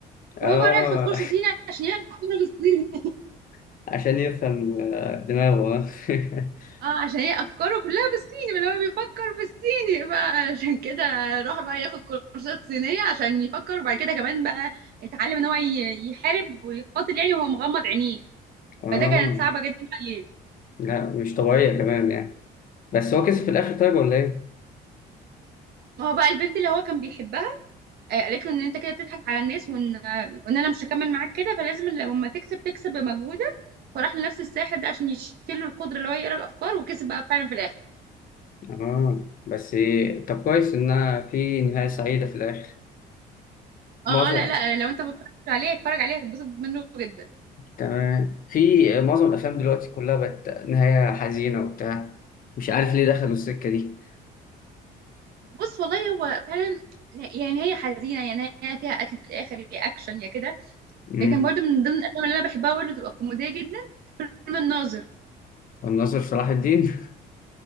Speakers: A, on the left (about 55°); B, on the right (about 65°).
A: اه
B: هو بقى رايح ياخد كورس صيني عشان يعرف افكاره بالصيني
A: <laughs> عشان يفهم آه، دماغه آه.
B: <laughs>
A: <laughs>
B: اه عشان هي افكاره كلها بالصيني ما هو بيفكر بالصيني بقى <laughs> عشان كده راح بقى ياخد كورسات صينيه عشان يفكر وبعد كده كمان بقى اتعلم ان هو ي- يحارب ويقاتل يعني وهو مغمض عينيه
A: اه
B: فده كانت صعبه جدا عليه
A: لا مش طبيعية كمان يعني بس هو كسب في الآخر طيب ولا إيه؟
B: ما هو بقى البنت اللي هو كان بيحبها آه، قالت له ان انت كده بتضحك على الناس وان آه، وان انا مش هكمل معاك كده فلازم لما تكسب تكسب بمجهودك فراح لنفس الساحر ده عشان يشيل له القدره اللي هو يقرا الافكار وكسب بقى فعلا في الاخر
A: اه بس إيه، طب كويس إنها في نهاية سعيدة في الآخر معظم
B: اه اه لا لا لو انت ما اتفرجتش عليه اتفرج عليه هتتبسط منه جدا
A: تمام في معظم الأفلام دلوقتي كلها بقت نهاية حزينة وبتاع مش عارف ليه دخلوا السكة دي
B: بص والله هو فعلا يعني هي حزينه يعني هي فيها قتل في الاخر يا اكشن يا كده
A: امم
B: لكن برضو من ضمن الافلام اللي انا بحبها برضو تبقى كوميديه جدا فيلم الناظر
A: الناظر صلاح الدين <laughs>